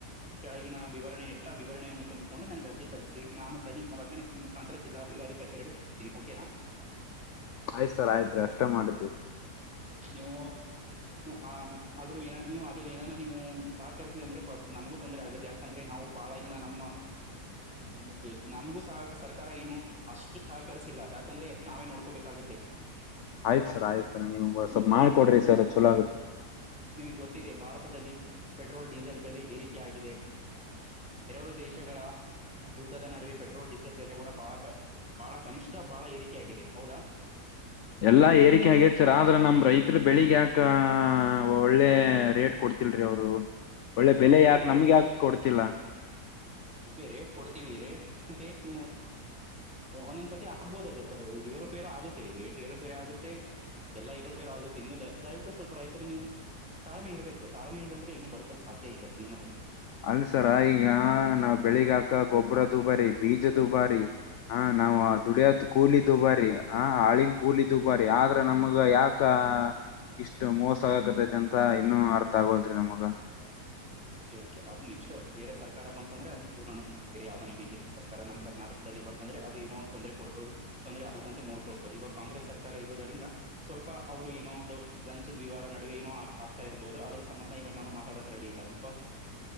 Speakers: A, in the centre; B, on the left (about 65°).
A: ಕೆಳಗಿನ ವಿವರಣೆ ಇ ವಿವರಣೆಯನ್ನು ತುಂಬಿಕೊಂಡು ನನಗ ಅರ್ಜಿ ಸಲ್ಸಿ ನಾನು ಸಿ ಮೂವ ನಿ ಮುಖಾಂತರ ಜಿಲ್ಲಾದಿಕಾರಿ ಕಚೇರಿ ದಿ ಓಕೆನಾ.
B: ಆಯ್ತ ಸರ್ ಆಯ್ತ್ರಿ ಅಷ್ಟ ಮಾಡತುರಿ.
A: ನು ಅದನ್ನು ಅ ಆದ್ರೂನು ಅ ಏನ ನೀವು ಸಹಕರಿಸ್ಲಿ ಅಂದ್ರೆ ನಮಗು ತೊಂದರೆ ಆಗುತ್ತೆ ಯಾಕಂದ್ರೆ ನಾವು ಬಾಳ ಇಂದ ನಮ್ಮ <unintelligible> ನಮ್ಗೂ ಸಹ ಸರ್ಕಾರ ಏನು ಅಷ್ಟು ಸಹಕರಿಸಿಲ್ಲ ಯಾಕಂದ್ರೆ ನಾವೇ ನೋಡ್ಕೋಬೇಕಾಗತ್ತೆ.
B: ಆಯ್ತ ಸರ್ ಆಯ್ತ ಸರ್ ನೀವು ಸ್ವಲ್ಪ ಮಾಡ ಕೋಡ್ರಿ ಸರ್ ಚಲೋ ಆಗತ್ತ.
A: ನಿಮ್ಗ ಗೊತ್ತಿದೆ ಭಾರತದಲ್ಲಿ ಪೆಟ್ರೋಲ್ ಡೀಸೆಲ್ ಬೆಲೆ ಏರಿಕೆ ಆಗಿದೆ. ಎರಡು ದೇಶಗಳ ಯುದ್ಧದ ನಡುವೆ ಪೆಟ್ರೋಲ್ ಡೀಸೆಲ್ ಬೆಲೆ ಕೂಡ ಬಳ ಕ ಬಾಳ ಕನಿಷ್ಠ ಬಾಳ ಏರಿಕೆ ಆಗಿದೆ ಹೌದಾ.
B: ಎಲ್ಲಾ ಏರಿಕೆ ಆಗೆತ ಸರ್ ಆದ್ರ ನಮ್ ರೈತರ ಬೆಳಿಗ ಯಾಕ ಒಳ್ಳೆ ರೇಟ್ ಕೊಡ್ತಿಲ್ರಿ ಅವ್ರು ಒಳ್ಳೆ ಬೆಲೆ
A: ಕೊಡ್ತೀವಿ
B: ಯಾಕ ನಮ್ಗ ಯಾಕ ಕೊಡ್ತಿಲ್ಲ.
A: ಕ್ಕೆ ರೇಟ್ ಕೊಡ್ತೀವಿ ರೇ ನೀ ಒಂದೊಂದ್ಸತಿ ಆಗ್ಬೋದದು ಏರುಪೇರು ಆಗುತ್ತೆ ಇದೆ ಏರೋಫೇರ ಆಗುತ್ತೆ ಎಲ್ಲ ಇರೋಫೇರೋ ಆಗುತ್ತೆ ನೀವು ದ ದಯವಿಟ್ಟು ಸ್ವಲ್ಪ ರೈತ್ ನೀವು ತಾಳ್ಮೆ ಇರ್ಬೇಕು ತಾಳ್ಮೆ ಇಲ್ಲ ಅಂದ್ರೆ ಏನು ಬರ್ಕಕ್ ಸಾಧ್ಯ ಇಲ್ಲ ಜೀವನದಲ್ಲಿ
B: ಅಲ್ಸರ ಈಗ ನಾವ್ ಬೆಳಿಗಿ ಹಾಕ ಗೊಬ್ಬರದುಬಾರಿ ಬೀಜ ದುಬಾರಿ ಹಾ ನಾವವು ದುಡಿಯದ್ ಕೂಲಿದ್ದು ಬಾರಿ ಹ ಹಳನ್ ಕೂಲಿದ್ದು ಬಾರಿ ಆದ್ರ ನಮಗ ಯಾಕ ಅಕ್ಕ ಇಷ್ಟು ಮೋಸ ಆಕತೈತಿ ಅಂತ ಇನ್ನುೂ ಅರ್ಥ ಆಗೋಲ್ರಿ ನಮಗ
A: ಓಕೆ ಕೆ ಅ ನೆಸ್ಟ್ ಬೇರೆ ಸರ್ಕಾರಪ್ಪ ಅಂದ್ರ ಅದನ್ನ ಕೂರ್ಗಿಸ್ತ ಬೇರೆ ಯಾವ್ದದ ಬಿಜೆಪಿ ಸರ್ಕಾರ ನಮ್ಮ ಕರ್ನಾಟದಲ್ಲಿ ಬಂತಂದ್ರೆ ಅದು ಏನ ಒಂದ ತೊಂದರೆ ಕೊಡೋುದುೊಂದರೆ ಆಗ ಅಂತೆ ನೋಡ್ಕೊ ಈವಾಗ ಕಾಂಗ್ರೆಸ್ ಸರ್ಕಾರ ಇರವುದರಿಂದ ಸ್ವಲ್ಪ ಅವ್ರು ಏನೋ ಒಂದು ಲಂಚ್ ದ್ವಾರ ನುವೆ ಏನ ಆಗ್ತಾ ಇಬಹ ಅದರ ಸಂಬಂ ಇಾಗ ನು ಮಾತಾಡದ ರೆಡಿ ಇಲ್ಲ ಬ